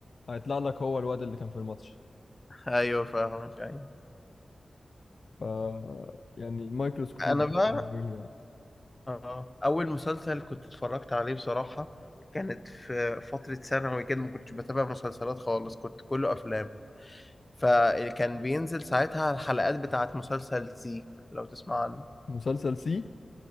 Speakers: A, on the left; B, on the left.
A: هيطلع لك هو الواد اللي كان في الماتش
B: ايوه فاهمك ايوه
A: ف يعني مايكروسكوبيد
B: انا
A: ده
B: بقى
A: بالنسبة لي. يعني
B: اه اول مسلسل كنت اتفرجت عليه بصراحة كانت في فترة ثانوي كده ما كنتش بتابع مسلسلات خالص كنت كله افلام فكان بينزل ساعتها الحلقات بتاعت مسلسل سي لو تسمع عنه
A: مسلسل سي